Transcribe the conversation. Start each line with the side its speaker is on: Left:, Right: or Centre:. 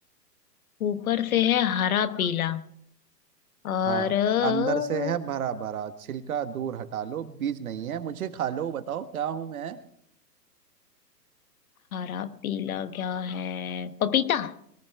Left: ऊपर से है हरा पीला और
Right: हाँ
Left: अ,
Right: अंदर से है भरा भरा छिलका दूर हटा लो बीज नहीं है मुझे खा लो बताओ क्या हूं मैं
Left: हरा पीला क्या है पपीता